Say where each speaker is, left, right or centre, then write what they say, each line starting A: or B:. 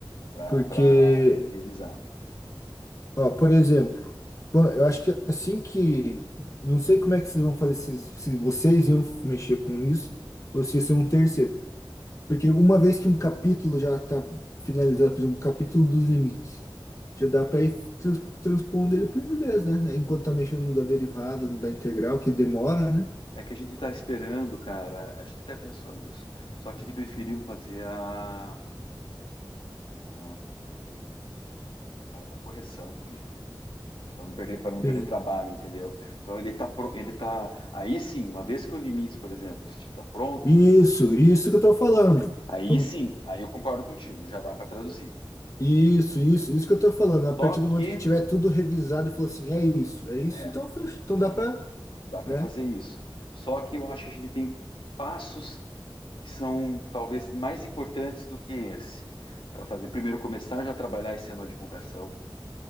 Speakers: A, on the left (about 75°); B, on the left (about 35°).
A: para
B: porque,
A: re revisar.
B: ó, por exemplo, quan- eu acho que assim que não sei como é que vocês vão fazer se, se vocês iam mexer com isso ou se ia ser um terceiro. Porque uma vez que um capítulo já está finalizado, por exemplo, o capítulo dos limites, já dá para ir trans- transpondo ele para o inglês, né? É, Enquanto está mexendo no da derivada, no da integral, que demora, né?
A: É que a gente está esperando, cara, a gente até pensou nisso, só que a gente preferiu fazer a, a, a- a correção primeiro, para não perder, para não
B: Sim.
A: perder trabalho, entendeu? Então ele tá, pro- ele tá, aí sim, uma vez que o limites, por exemplo, está pronto,
B: Isso, isso que eu estou falando.
A: aí
B: Com-
A: sim, aí eu concordo contigo, já dá para traduzir.
B: Isso, isso, isso que eu estou falando. A
A: Só
B: partir do
A: que,
B: momento que tiver tudo revisado e falou assim, é isso, é isso,
A: é,
B: então fecha. Então dá para,
A: Dá para
B: né?
A: fazer isso. Só que eu acho que a gente tem passos que são talvez mais importantes do que esse para fazer. Primeiro, começar já a trabalhar esse ano a divulgação.